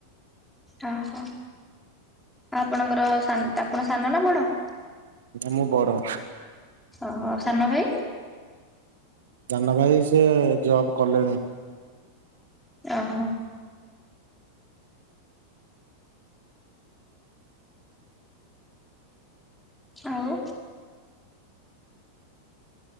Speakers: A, in the centre; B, on the right.
A: ଓହୋ ଆଉ ଆପଣଙ୍କର ସାନ ଆପଣଙ୍କ ସାନ ନା ବଡ?
B: ନା ମୁଁ ବଡ।
A: ଓହୋ ସାନ ଭାଇ?
B: ସାନ ଭାଇ ସିଏ ଜବ୍ କଲେଣି।
A: ଓହୋ। ଆଉ